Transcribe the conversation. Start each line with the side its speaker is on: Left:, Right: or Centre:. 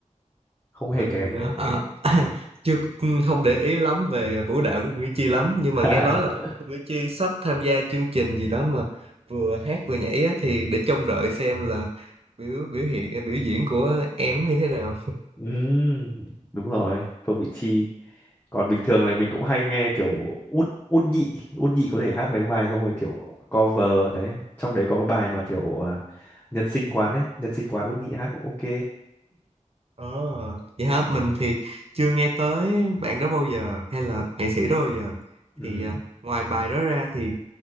Left: không hề
Right: mình
Left: kém
Right: ờ,
Left: nhá
Right: à, <laughs> chưa ừ, không để ý lắm về vũ đạo của Mỹ Chi lắm nhưng
Left: <laughs>
Right: mà nghe nói là Mỹ Chi sắp tham gia chương trình gì đó mà vừa hát vừa nhảy á, thì để trông đợi xem là biểu biểu hiện à, biểu diễn của em như thế nào
Left: ừ, đúng rồi Phương Mỹ Chi còn bình thường này mình cũng hay nghe kiểu út út nhị út nhị có thể hát mấy bài xong rồi kiểu cover đấy trong đấy có cái bài mà kiểu à, nhân sinh quán ấy nhân sinh quán út nhị hát cũng ok
Right: Ờ, vậy hả? Mình thì chưa nghe tới bạn đó bao giờ hay là nghệ sĩ đó bao giờ.
Left: <laughs> ừ.
Right: Thì à, ngoài bài đó ra thì